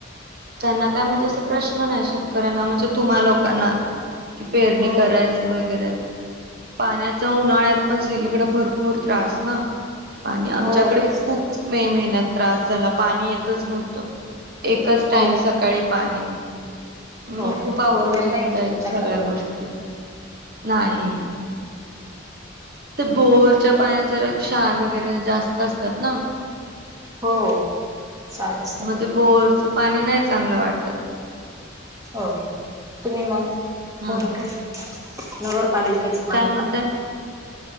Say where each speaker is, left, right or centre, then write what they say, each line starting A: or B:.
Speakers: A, on the right; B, on the right.
A: त्यांना काय म्हणजे असं प्रश्न नाही शेतकऱ्यांना म्हणजे तुम्हा लोकांना कि पेरणी
B: हो
A: करायचं वगैरे पाण्याचा उन्हाळ्यात पण सगळीकडे भरपूर त्रास ना पाणी
B: हो
A: आमच्याकडे
B: तेच
A: खूप
B: तर
A: मे महिन्यात त्रास झाला पाणी येतच नव्हतं. एकच टाइम
B: हो का
A: सकाळी पाणी मग
B: हो हो
A: खूप अवघड
B: बोरवेल
A: होऊन
B: नाही
A: जायचं
B: का तुमच्याकडं
A: सगळ्या गोष्टी <unintelligible> नाही ते बोरच्या पाया जर क्षार वगैरे जास्त असतात ना
B: हो क्षार असतं.
A: मग ते बोरचं पाणी नाही चांगलं वाटतं.
B: हो तुम्ही मंग
A: हा
B: कोणतं नगर पालिकेच
A: काय
B: पाणी
A: म्हणतात
B: का?